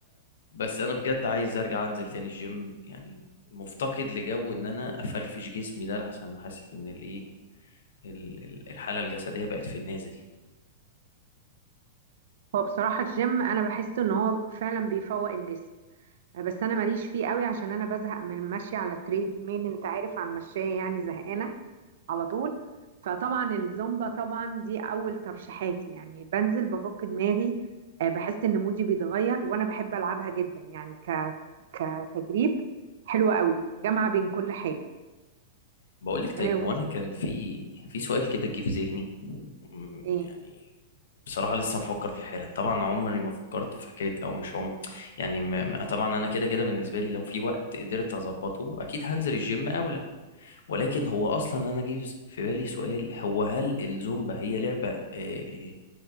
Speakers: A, on the left; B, on the right.
A: بس انا بجد عايز ارجع انزل تاني الجيم يعني مفتقد لجو ان انا افرفش جسمي ده لحسن حاسس ان الايه ال- ال- الحالة الجسدية بقت في النازل
B: هو بصراحة الجيم أنا بحس إن هو فعلا بيفوق الجسم بس أنا ماليش فيه قوي عشان أنا بزهق من المشي على تريد ميل أنت عارف على المشاية يعني زهقانة على طول فطبعا الزومبا طبعا دي أول ترشيحاتي يعني بنزل بفك دماغي آه، بحس إن مودي بيتغير وأنا بحب ألعبها جدا يعني ك كتدريب حلوة قوي جامعة بين كل حاجة
A: بقول لك طيب
B: آه، ولسه
A: هو انا كان في في سؤال كده جه في ذهني أمم،
B: إيه
A: يعني بصراحة لسه بفكر فيه حالا طبعا عمري ما فكرت في حكاية او مش عمري يعني م... م- طبعا انا كده كده بالنسبة لي لو في وقت قدرت اظبطه اكيد هنزل الجيم اولى ولكن هو اصلا انا جه في بالي سؤال هو هل الزومبا هي لعبة آه،